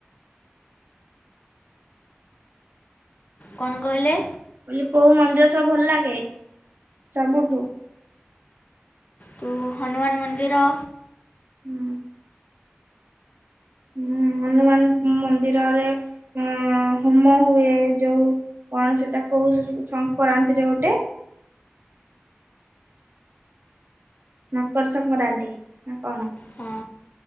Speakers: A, on the left (about 40°); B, on the right (about 50°).
A: କଁ କହିଲେ?
B: ବୋଲି କୋଉ ମନ୍ଦିର ସବୁ ଭଲ ଲାଗେ ସବୁଠୁ?
A: ତୁ ହନୁମାନ ମନ୍ଦିର
B: ହୁଁ। ହୁଁ ହନୁମାନ ମନ୍ଦିରରେ ଅଁ ହୋମ ହୁଏ ଯୋଉ କଣ ସେଟା କୋଉ ସଂକରାନ୍ତି ରେ ଗୋଟେ? ମକର ସଙ୍କରାନ୍ତି ନା କଣ?
A: ହଁ